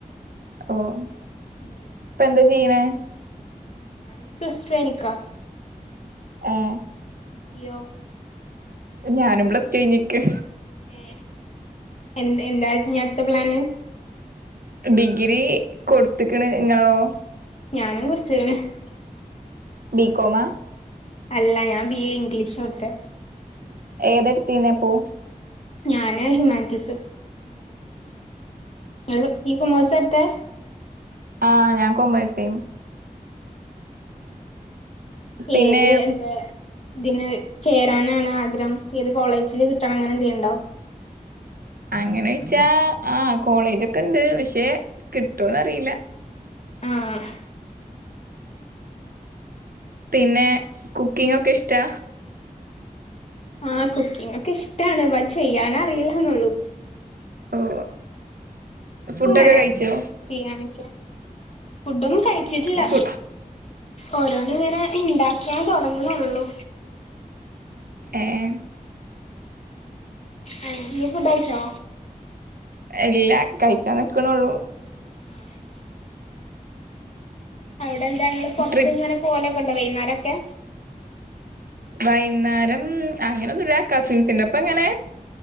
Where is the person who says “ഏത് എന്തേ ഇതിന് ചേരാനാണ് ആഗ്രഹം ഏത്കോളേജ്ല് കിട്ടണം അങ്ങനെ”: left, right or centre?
Left